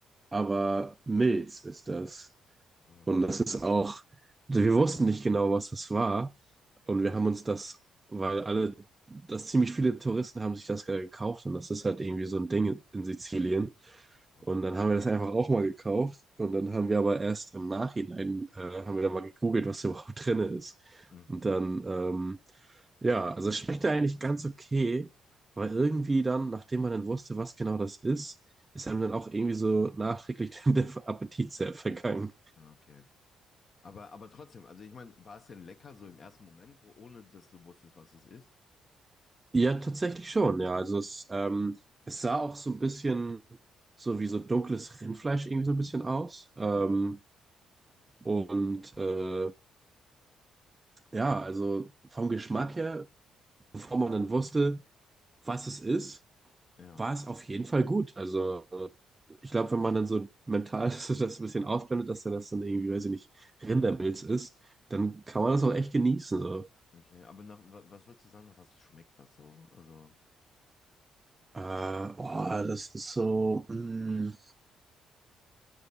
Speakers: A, on the right; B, on the left.
A: aber
B: Okay.
A: Milz ist das.
B: Okay.
A: Und das ist auch, also wir wussten nicht genau, was das war. Und wir
B: Ja.
A: haben uns das, weil alle, dass ziemlich viele Touristen haben sich das gerade gekauft. Und das ist halt irgendwie so ein Ding in in Sizilien.
B: Okay.
A: Und dann haben wir das einfach auch mal gekauft. Und dann haben wir aber erst im Nachhinein, äh, haben wir dann mal gegoogelt, was <laughs> da überhaupt drin ist.
B: Hm,
A: Und dann, ähm, ja, also es schmeckte eigentlich ganz okay. Aber irgendwie dann, nachdem man dann wusste, was genau das ist, ist einem dann auch irgendwie so nachträglich <laughs> der Appetit sehr vergangen.
B: ja, Okay. Aber, aber trotzdem, also ich meine, war es denn lecker so im ersten Moment, wo, ohne dass du wusstest, was es ist?
A: Ja, tatsächlich schon, ja. Also es, ähm, es sah auch so ein bisschen so wie so dunkles Rindfleisch irgendwie so ein bisschen aus. Ähm,
B: Okay.
A: und äh, ja, also vom Geschmack her, bevor man dann wusste, was es ist,
B: Ja.
A: war es auf jeden Fall gut. Also äh, ich glaube, wenn man dann so mental <laughs> so das ein bisschen ausblendet, dass dann das dann irgendwie, weiß ich nicht, Rindermilz ist, dann kann man das auch echt genießen. So.
B: Okay. Aber nach, wa- was würdest du sagen, nach was schmeckt das so? Also,
A: Äh, oh, das ist so, mh,